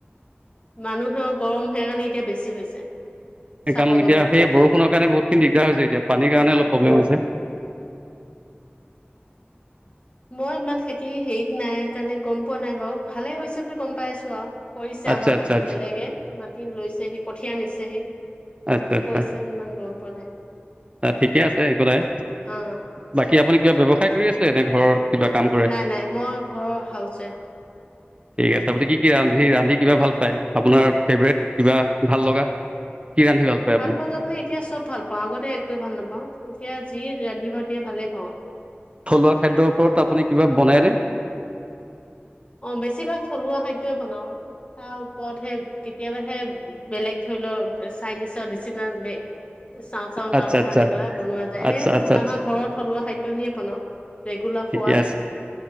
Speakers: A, on the left (about 30°); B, on the right (about 30°).
A: মানুহৰ গৰম সেকাৰণে এতিয়া বেছি হৈছে
B: সেই
A: চাব
B: কাৰণে এতিয়া
A: গলে
B: সেই বৰষুণৰ কাৰণে বহুতখিনি দিগদাৰ হৈছে এতিয়া পানীৰ
A: অ
B: কাৰণে অলপ প্ৰব্লেম হৈছে
A: মই ইমান খেতি হেৰিত নাই কাৰণে গম পোৱা নাই বাৰু ভালে হৈছে বুলি গম পাই আছো আৰু কৰিছে
B: আচ্ছা
A: আমাৰ
B: আচ্ছা
A: মাটিত
B: আচ্ছা
A: বেলেগে মাটি লৈছেহি কঠীয়া নিছেহি
B: আচ্ছা
A: কি
B: আচ্ছা
A: কৈছা ইমান গম পোৱা নাই
B: ঠিকে আছে একো নাই
A: অ
B: বাকী আপুনি কিবা ব্যৱসায় কৰি আছে এনে ঘৰৰ কিবা কাম কৰে
A: নাই নাই মই ঘৰৰ হাউচ ৱাইফ
B: ঠিক আছে আপুনি কি ৰান্ধি
A: উম
B: ৰান্ধি কিবা ভাল পায় আপোনাৰ ফেভৰেট কিবা ভাল লগা কি ৰান্ধি পায়
A: ভাল
B: আপুনি
A: লগা মানে এতিয়া চব ভাল পাওঁ আগতে একোৱে ভাল নাপাওঁ এতিয়া যি ৰান্ধিব দিয়ে ভালে পাওঁ
B: থলুৱা খাদ্যৰ ওপৰত আপুনি কিবা বনাইনে?
A: অ বেছিভাগ থলুৱা খাদ্যই বনাও তাৰ ওপৰত সে কেতিয়াবা সে বেলেগ ধৰি লওক চাইনিজৰ চাওঁ চাওঁ
B: আচ্ছা
A: তাও
B: আচ্ছা
A: চাওঁ এনেকুৱা বনোৱা যায় এনে
B: আচ্ছা আচ্ছা আচ্ছা
A: আমাৰ ঘৰত থলুৱা খাদ্য খিনিয়ে বনাওঁ। ৰেগুলাৰ
B: ঠিকে
A: খোৱা
B: আছে